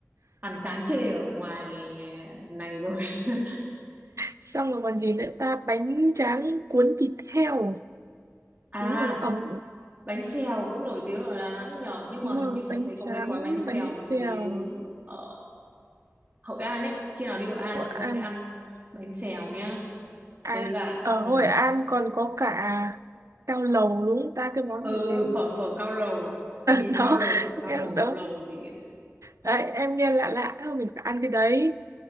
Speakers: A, on the right; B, on the right.
A: ăn chán chê ở ngoài này rồi <laughs>
B: xong rồi còn gì nữa ta bánh tráng cuốn thịt heo
A: à
B: đúng rồi ẩm
A: bánh xèo cũng nổi tiếng ở Đà Nẵng nhờ nhưng
B: đúng
A: mà hình
B: rồi
A: như chị
B: bánh
A: thấy
B: tráng
A: có cái quán bánh xèo
B: bánh
A: nổi
B: xèo
A: tiếng ở Hội An ấy khi nào đi Hội An
B: Hội
A: chúng ta
B: An
A: sẽ ăn bánh xèo nhá
B: à
A: với cả
B: ở
A: ừ,
B: Hội An còn có cả cao lầu đúng không ta cái món
A: ừ
B: gì em
A: ừ, phở phở cao lầu à mì
B: <laughs>
A: cao
B: đó
A: lầu phở cao
B: cái-
A: lầu
B: đó
A: lầu gì ấy.
B: đấy em nghe lạ lạ thôi mình phải ăn cái đấy